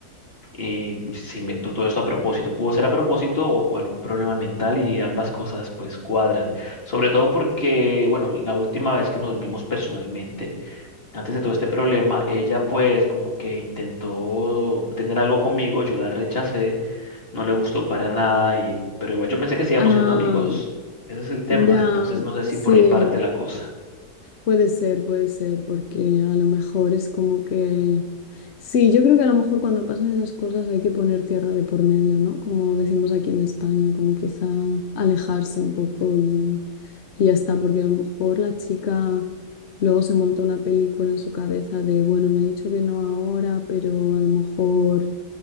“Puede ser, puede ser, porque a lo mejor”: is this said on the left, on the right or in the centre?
Left